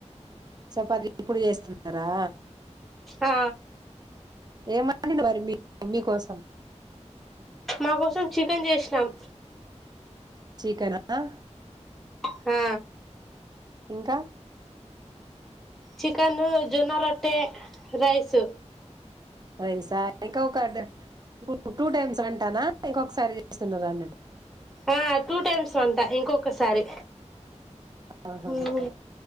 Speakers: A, on the right (about 35°); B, in the centre.
A: చపాతి ఇప్పుడు చేస్తున్నారా
B: ఆ
A: ఏమంటడి మరి మీమ్ మీ కోసం
B: మా కోసం చికెన్ చేషినాం
A: చికెనా
B: హా
A: ఇంకా
B: చికను జొన్న రొట్టె రైసు
A: రైసా ఇంకా ఒక ఇప్పుడు టూ టైమ్స్ అంటానా ఇంకకసారి చేసపిస్తుండు రండి అండండి
B: ఆ టూ టైమ్స్ వంట ఇంకొకసారి
A: ఆహాహా
B: మ్